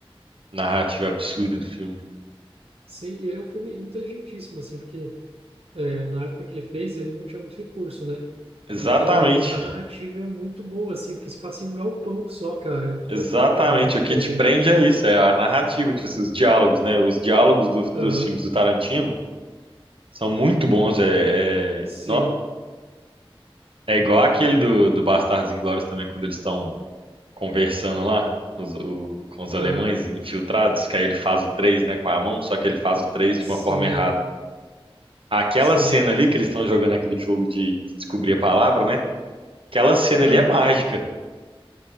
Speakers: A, on the right; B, on the right.
A: Narrativa absurda do filme.
B: Sim, e ele é um filme inteligentíssimo, assim, porque é, na época que ele fez, ele não tinha muito recurso, né?
A: Exatamente,
B: Então, a narrativa é muito boa, assim, porque se passa em um galpão só, cara.
A: exatamente.
B: É, cara, é muito
A: O
B: inteligente.
A: que te prende é isso, é a narrativa, tipo, assim, os diálogos, né? Os diálogos do-
B: Aham,
A: dos filmes do Tarantino são muito bons. É,
B: sim,
A: é, nó. é igual aquele do, do Bastardos Inglórios também, quando eles estão conversando lá os- o- com os alemães
B: aham,
A: infiltrados, que aí ele faz o 3, né, com a mão, só que ele faz o 3 de
B: sim,
A: uma forma errada. Aquela
B: sim.
A: cena ali que eles estão jogando aquele jogo de descobrir a palavra, né? Aquela cena
B: Aham.
A: ali é mágica,